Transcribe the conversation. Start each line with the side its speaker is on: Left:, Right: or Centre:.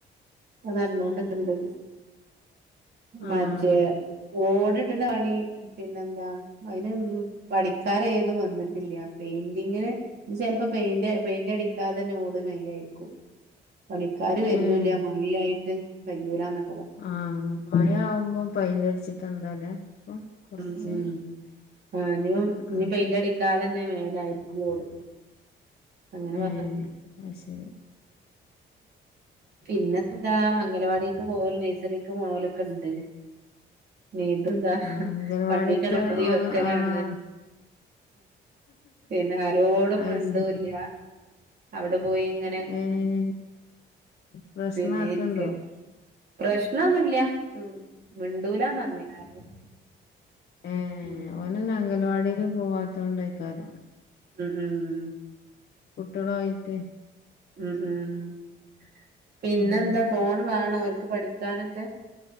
Right: അത് നടന്നൊണ്ട് ക്ക് ണ്ട് മജേ
Left: ആഹ്
Right: ഓ ണ <unintelligible> പിന്നെന്താ അയിന് മം പണിക്കാരേതും വന്നിട്ടില്ല്യ പെയിന്റിംഗ് ങ്ങനെ ഇനി ചെല്‌പ്പം പെയിന്റ് പെയിന്റടിക്കാതെന്നെ ഓട് മേയായിരിക്കും പണിക്കാര്
Left: ഏഹ്
Right: വരുന്നുവില്ല്യ മഴ ആയിട്ട് കഴിയൂല്ലാന്ന്
Left: ആണോ മഴ ആവുമ്പോ പെയിന്റടിച്ചിട്ട് എന്താല്ലേ ഇപ്പം കൊറച്ച്
Right: ഉം ഉം ആ ഇനിയും ഇനി
Left: ആഹ്
Right: പെയിന്റ് അടിക്കാതെ തന്നെ മേയുവാരിക്കും ഓട് അങ്ങനെ
Left: ഏ
Right: പറഞ്ഞു
Left: അത് ശെരി
Right: പിന്നെന്താ അംഗലവാടിക്ക് പോവലും നെഴ്സറിക്ക് പോവലും ഒക്കെ ഇണ്ട് വീണ്ടും ദാ
Left: ആഹ് അംഗൻവാടിത്തെ
Right: വണ്ടിക്ക് കൊണ്ടുപോയി
Left: ഓഹ്
Right: വെക്കലാണ്
Left: ആഹ്
Right: പിന്നെ ആരോടും
Left: അത്
Right: മിണ്ടൂല്ല്യ
Left: ശരി
Right: അവിടെ പോയി ഇങ്ങനെ
Left: ഏഹ് പ്രശ്നാക്ക്ണ്ടോ?
Right: പിരിര്ക്കല് പ്രശ്നൊന്നും ഇല് ല്ല ഉം മിണ്ടൂല്ലാന്നു പറഞ്ഞു ആരോടും
Left: ഏ
Right: ഉം
Left: ഓനിന്ന് അംഗലവാടില് പോവാത്ത കൊണ്ടാ ക്കാര
Right: ഉം ഉം
Left: കുട്ടികളും ആയിട്ടേ
Right: ഉം ഉം ഉ പിന്നെന്താ
Left: അതായിരിക്കും.
Right: ഫോൺ വേണോ അവർക്ക് പഠിക്കാനൊക്കെ